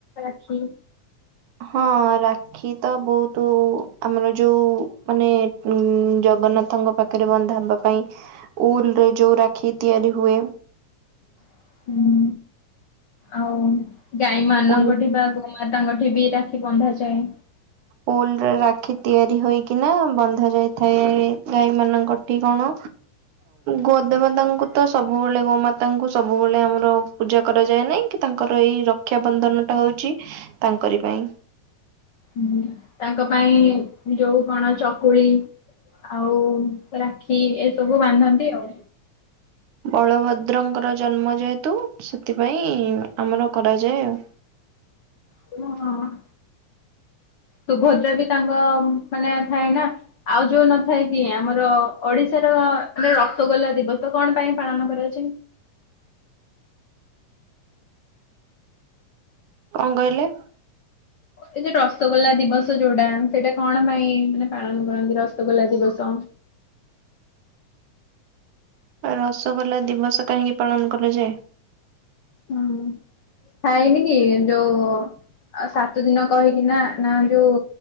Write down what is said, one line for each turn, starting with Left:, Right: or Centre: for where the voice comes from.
Left: ରାକ୍ଷୀ।
Right: ହଁ ରାକ୍ଷୀ ତ ବହୁତ ଆମର ଯୋଉ ମାନେ ଉ ଜଗନ୍ନାଥଙ୍କ ପାଖରେ ବନ୍ଧା ହେବା ପାଇଁ ଉଲରେ ଯୋଉ ରାକ୍ଷୀ ତିଆରି ହୁଏ।
Left: <inaudible> ହୁଁ ଆଉ ଗାଈମାନଙ୍କଠି
Right: ଉଲ୍
Left: ବା ଗୋମାତାଙ୍କ ବି ରାକ୍ଷୀ ବନ୍ଧା ଯାଏ।
Right: ଉଲ୍ ରାକ୍ଷୀ ତିଆରି ହେଇକିନା ବନ୍ଧଆ ଯାଇଥାଏ ଗାଈ ମାନଙ୍କଠି କଣ। ଗୋ ଦେବତାଙ୍କୁ ତ ସବୁବେଳେ ଗୋମାତାଙ୍କୁ ସବୁବେଳେ ଆମର ପୂଜା କରାଯାଏ ନାଇଁକି ତାଙ୍କର ଏଇ ରକ୍ଷାାବନ୍ଧନ ଟା ହଉଛି ତାଙ୍କରି ପାଇଁ।
Left: ହୁଁ ତାଙ୍କ ପାଇଁ ଯୋଉ କଣ ଚକୁଳି ଆଉ। ରାକ୍ଷୀ ଏସବୁ ବାନ୍ଧନ୍ତି ଆଉ।
Right: ବଳଭଦ୍ରଙ୍କର ଜନ୍ମ ଯେହେତୁ ସେଥିପାଇଁ ଆମର କରାଯାଏ ଆଉ।
Left: ତୁମ ହିଁ ହିଁ। ସୁୁଭଦ୍ରା ବି ତାଙ୍କ ମାନେ ଥାଏ ନା ଆଉ ଯୋଉ ନଥାଏ କି ଆମର ଓଡିଶା ର ରସଗୋଲଲା ଦିବସ କଣ ପାଇଁ ପାଳନ କରାଯାଏ?
Right: କଣ କହିଲେ?
Left: ଏଇ ଯୋଉ ରସଗୋଲା ଦିବସ ଯୋଉଟା ସେଇଟା କଣ ପାଇଁ ମାନେ ପାଳନ କରନ୍ତି ରସଗୋଲା ଦିବସ?
Right: ରସଗୋଲା ଦିବସ କାହିଁକି ପାଳନ କରାଯାଏ।
Left: ହଁ ଖାଇନି କି? ଯୋଉ ସାତ ଦିନ କହିକି ନା ନା ଯୋଉ